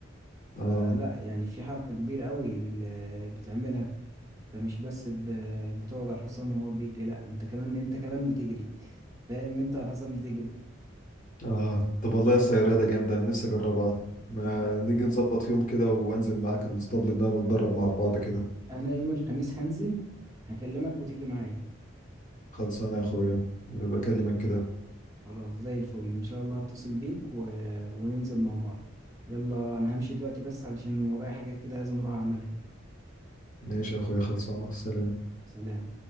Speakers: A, on the right; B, on the left.
A: فلا
B: آه
A: يعني في حركه كبيره قوي اللي بتعملها انت مش بس ب... بتقعد على الحصان وهو بيجري لا انت كمان انت كمان بتجري فاهم انت على الحصان بتجري
B: آه طب والله
A: اه
B: يا اسطى هي رياضة جامدة أنا نفسي أجربها ما
A: يبقى
B: نيجي نظبط في يوم كده وأنزل معاك الاسطبل ده نتدرب مع بعض كده
A: انا يوم الخميس هنزل هكلمك وتيجي معايا
B: خلصانة يا أخويا بكلمك كده
A: خلاص زي الفل ان شاء الله هتصل بيك و... وننزل مع بعض يلا انا همشي دلوقتي بس علشان ورايا حاجات كده لازم اروح اعملها
B: ماشي يا أخويا خلصانة سلام
A: سلام